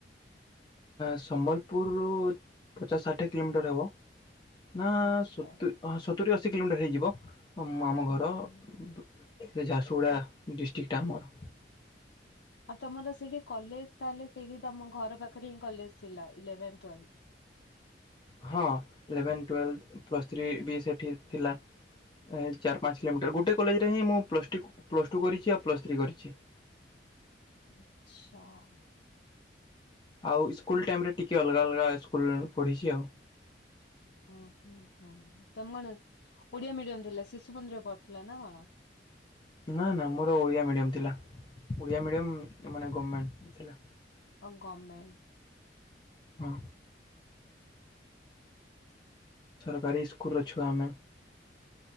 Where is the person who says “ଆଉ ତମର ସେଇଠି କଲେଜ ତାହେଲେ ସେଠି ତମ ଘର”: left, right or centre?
Left